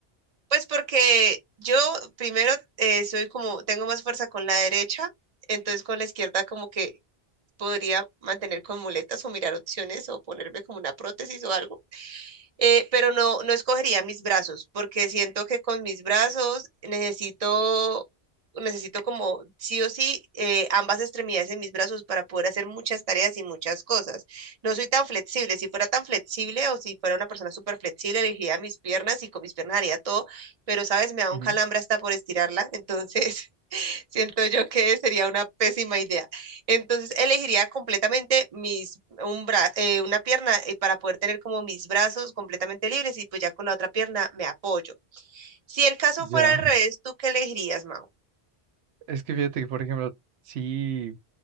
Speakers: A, on the right; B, on the right.
A: Pues porque yo primero eh, soy como, tengo más fuerza con la derecha, entonces con la izquierda como que podría mantener con muletas o mirar opciones o ponerme como una prótesis o algo eh, pero no, no escogería mis brazos, porque siento que con mis brazos necesito, necesito como sí o sí eh, ambas extremidades en mis brazos para poder hacer muchas tareas y muchas cosas. No soy tan flexible. Si fuera tan flexible o si fuera una persona súper flexible, elegiría mis piernas y con mis piernas haría todo, pero sabes, me da un
B: Ujú.
A: calambre hasta por estirarla, entonces... <laughs> Siento yo que sería una pésima idea. Entonces elegiría completamente mis un bra- eh, una pierna eh, para poder tener como mis brazos completamente libres y pues ya con la otra pierna me apoyo. Si el caso
B: Ya.
A: fuera al revés, ¿tú qué elegirías, Mau?
B: Es que fíjate que, por ejemplo, sí